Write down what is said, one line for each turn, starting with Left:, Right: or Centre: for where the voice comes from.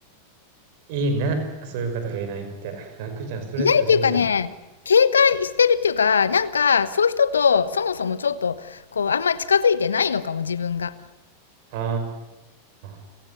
Right: いいね、そういう方がいないって。楽じゃん、ストレスフリーじゃん。
Left: いないっていうかね、警戒してるっていうか、なんか、そういう人と、そもそもちょっと、こう、あんまり近づいてないのかも、自分が。
Right: ああ。